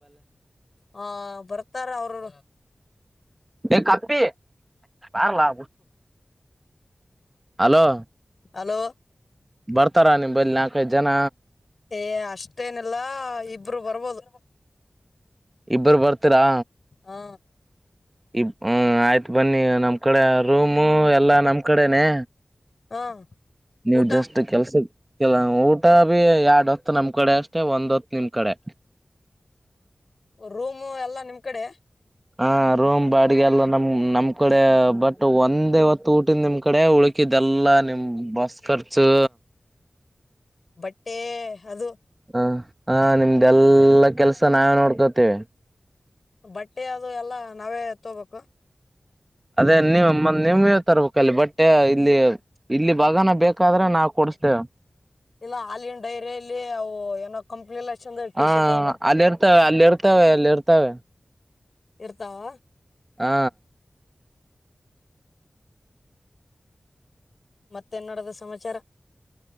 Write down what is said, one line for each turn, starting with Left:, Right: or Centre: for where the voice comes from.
Left: ಹಾ ಬರ್ತಾರ ಅವರು
Right: ಏ ಕತ್ತೀ ಬಾರ್ಲಾ ಹಲೋ
Left: ಹಲೋ
Right: ಬರ್ತಾರ ನಿಂಬಲ್ಲಿ ನಾಲ್ಕೈದ ಜನ
Left: ಏ ಅಷ್ಟೇನಿಲ್ಲಾ ಇಬ್ರು ಬರ್ಬೋದು
Right: ಇಬ್ಬರು ಬರ್ತೀರಾ
Left: ಹಾ
Right: ಈ ಆಯ್ತು ಬನ್ನಿ ನಮ್ ಕಡೆ ರೂಮು ಎಲ್ಲಾ ನಮ್ ಕಡೆನೆ
Left: ಹಾ
Right: ನೀವು
Left: ಊಟ
Right: ಜಸ್ಟ್ ಕೆಲ್ಸ ಕಿಲ್ಲ ಊಟ ಬಿ ಎರಡ್ ಹೊತ್ ನಮ್ ಕಡೆ ಅಷ್ಟೆ ಒಂದ್ ಹೊತ್ ನಿಮ್ ಕಡೆ
Left: ರೂಮು ಎಲ್ಲಾ ನಿಮ್ ಕಡೆ
Right: ಹಾ ರೋಮ್ ಬಾಡಿಗೆ ಎಲ್ಲ ನಮ್ ನಮ್ ನಿಮ್ ಕಡೆ ಬಟ್ ಒಂದ್ವತ್ತು ಊಟಿಂದ ನಿಮ್ ಕಡೆ ಉಳಕಿದ್ದಲ್ಲ ನಿಮ್ ಬಸ್ ಖರ್ಚು
Left: ಬಟ್ಟೆ ಅದು
Right: ಹ ಹ ನಿಮ್ದೆಲ್ಲ ಕೆಲ್ಸ ನಾವೇ ನೋಡ್ಕೋತೇವಿ
Left: ಬಟ್ಟೆ ಅದು ಎಲ್ಲಾ ನಾವೇ ತೊಬೇಕು
Right: ಅದೇ ನೀ ನಿವಗೆ ತರ್ಬೇಕ ಅಲ್ಲಿ ಬಟ್ಟೆ ಇಲ್ಲಿ ಇಲ್ಲಿ ಬಗಾನ ಬೇಕಾದ್ರೆ ನಾವು ಕೊಡಸ್ತೇವೆ
Left: ಇಲ್ಲ ಹಾಲಿನ್ ಡೈರಿಯಲ್ಲಿ ಅವು ಏನೋ ಕಂಪ್ನಿಲ್ಲ ಚಂದ ಟಿ
Right: ಹ
Left: ಶರ್ಟ್ ಬರ್ತಾವ
Right: ಅಲ್ಲಿ ಇರ್ತವೆ ಅಲ್ಲಿ ಇರ್ತವೆ ಅಲ್ಲಿ ಇರ್ತವೆ
Left: ಇರ್ತಾವ
Right: ಹಾ
Left: ಮತ್ತೇನ ನಡದ ಸಮಾಚಾರ